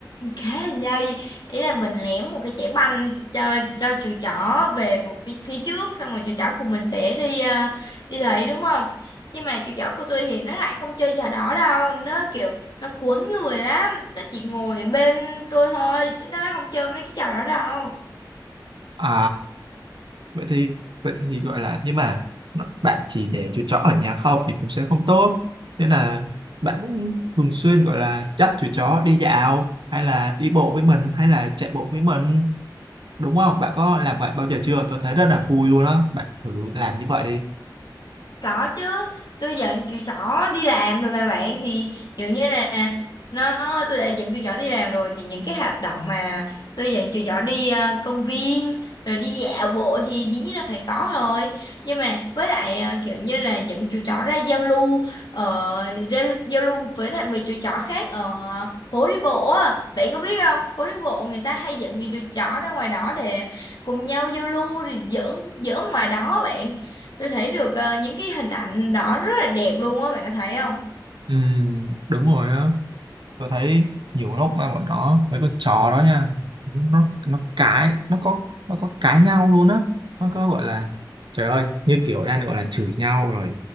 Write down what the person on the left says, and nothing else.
khá là nhây ý là mình ném một cái chẻ banh cho cho chú chó về một phía, phía trước xong rồi chú chó của mình sẽ đi à, đi lấy đúng không nhưng mà chú chó của tôi thì nó lại không chơi trò đó đâu nó kiểu nó cuốn người lắm nó chỉ ngồi ở bên tôi thôi chứ nó không chơi mấy cái trò đó đâu
Có chứ, tôi dẫn chị trỏ đi làm rồi mà bạn thì dụ như là nó tôi đã dẫn chị trỏ đi làm rồi thì những cái hoạt động mà tôi dẫn chị trỏ đi ờ, công viên rồi đi dạo bộ thì dĩ nhiên là phải có rồi. Nhưng mà với lại ờ, kiểu như là dẫn chị trỏ ra giao lưu ờ, ra giao lưu với lại mấy chị trỏ khác ở phố đi bộ á. Bạn có biết không? Phố đi bộ người ta hay dẫn những chú trỏ ra ngoài đó để cùng nhau giao lưu rồi giỡn giỡn ngoài đó bạn tôi thấy được ờ, những cái hình ảnh đó rất là đẹp luôn á bạn có thấy không